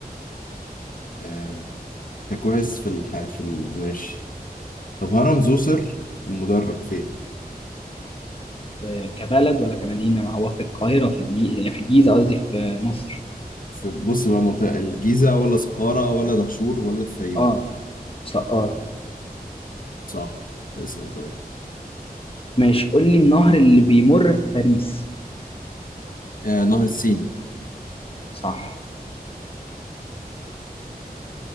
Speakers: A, on the left (about 60°); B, on the left (about 35°).
A: آه، انت كويس في الح... في ال... ماشي طب هرم زوسر المدرج فين؟
B: في- كبلد ولا كمدينة ما هو في القاهرة في الجي... يعني في الجيزة قصدي في مصر
A: في بص بقى منطقة الجيزة ولا سقارة ولا دهشور ولا الفيوم
B: اه ص- اه
A: صح اسأل طيب
B: ماشي قول لي النهر اللي بيمر في باريس
A: آه نهر السين
B: صح